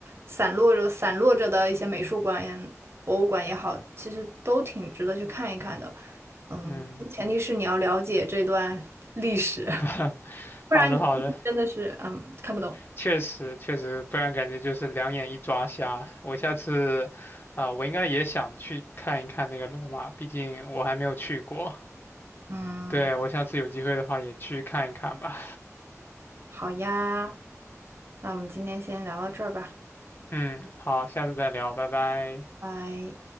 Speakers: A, on the right; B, on the left.
A: 散落着散落着的一些美术馆也、博物馆也好，其实都挺值得去看一看的。嗯，
B: 嗯，
A: 前提是你要了解这段历史，
B: <laughs>
A: <laughs> 不然你真的是嗯看不懂。
B: 好的，好的。确实确实，不然感觉就是两眼一抓瞎。我下次啊、我应该也想去看一看那个罗马，毕竟我还没有去过。
A: 嗯。
B: 对，我下次有机会的话也去看一看吧。
A: 好呀，那我们今天先聊到这儿吧，
B: 嗯，好，下次再聊，拜拜。
A: 拜。